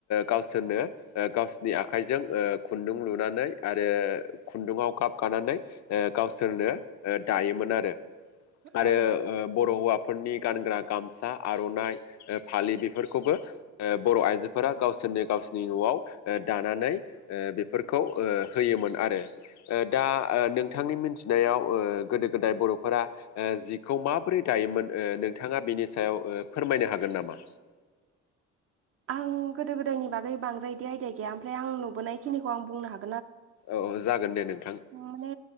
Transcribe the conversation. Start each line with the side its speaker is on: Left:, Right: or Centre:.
Left: गावसोरनो गावसोरनि आखाइजों खुन्दुं लुना नै आरो खुन्दुंआव गाब गानानै गावसोरनो दायोमोन आरो। आरो
Right: औ
Left: बर' हौवाफोरनि गानग्रा गामसा आर'नाइ फालि बे बेफोरखौबो बर' आइजोफोरा गावसोरनो गावसोरनि न'आव दानानै बेफोरखौ होयोमोन आरो दा नोंथांनि मिथिनायाव गोदो गोदाय बर'फो रा जिखौ माबोरै दायोमोन नोंथाङा बेनि सायाव फोरमायनो हागोन नामा?
Right: आं गोदो गोदायनि बागै बांद्राय बिदि आयदिया गैया ओमफ्राय आं नुबोनायखिनिखौ आं बुंनो हा
Left: औ जागोन दे नों
Right: माने